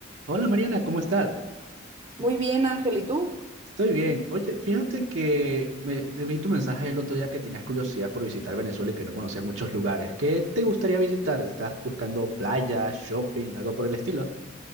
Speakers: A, on the right (about 80°); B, on the right (about 30°).
A: Hola Mariana, ¿cómo estás?
B: Muy bien, Ángel, ¿y tú?
A: Estoy bien. Oye, fíjate que me, te vi tu mensaje el otro día que tenías curiosidad por visitar Venezuela y que no conocías muchos lugares. ¿Qué te gustaría visitar? ¿Estás buscando playas, shopping, algo por el estilo?